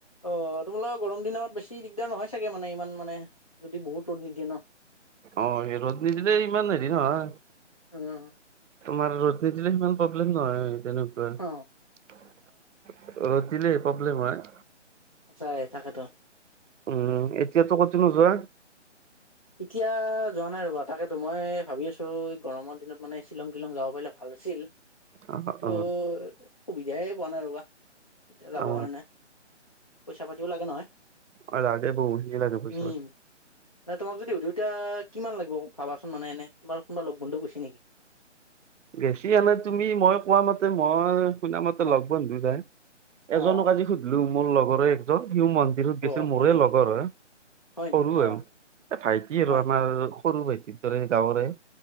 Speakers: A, on the left; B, on the right.
A: অ! তোমালোকৰ গৰম দিনত বেছি দিগদাৰ নহয় চাগে মানে ইমান মানে। যদি বহুত ৰ'দ নিদিয়ে ন?
B: অঁ! সেই ৰ'দ নিদিলে ইমান হেৰি নহয়।
A: অঁ!
B: তোমাৰ ৰ'দ নিদিলে সিমান প্ৰব্লেম নহয় তেনেকুৱা। ৰ'দ
A: অ',
B: দিলেই প্ৰব্লেম হয়।
A: চাই থাকেতো।
B: উম! এতিয়াতো কতো নোযোৱা?
A: এতিয়া যোৱা নাই ৰ'বা, তাকেতো মই ভাবি আছোঁ এই গৰমৰ দিনত মানে শ্বিলং-টিলং যাব পাৰিলে ভাল আছিল।
B: অ
A: টো
B: অ
A: সুবিধাই পোৱা নাই ৰবা এতিয়া যাবৰ
B: অ
A: কাৰণে। পইচা পাতিও লাগে নহয়।
B: অ লাগে বহুখিনি লাগে পইচা
A: উম! মানে তোমাক যদি সুধোঁ এতিয়া কিমান লাগিব ভাবা চোন মানে এনে তোমাৰ কোনোবা লগ বন্ধু গৈছে নেকি?
B: বেছি আনে তুমি মই কোৱা মতে মই শুনা মতে
A: হয়
B: লগ বন্ধু যাই।
A: অ',
B: এজনক আজি সুধিলো মোৰ লগৰে একজন, সিও মন বিহুত গৈছিল
A: অ',
B: মোৰে
A: হয় নেকি
B: লগৰ হয় সৰু
A: নেকি
B: হয়।
A: অ',
B: এ ভাইটি আৰু
A: হয়
B: আমাৰ সৰু ভাইটিৰ দৰে গাঁৱৰে।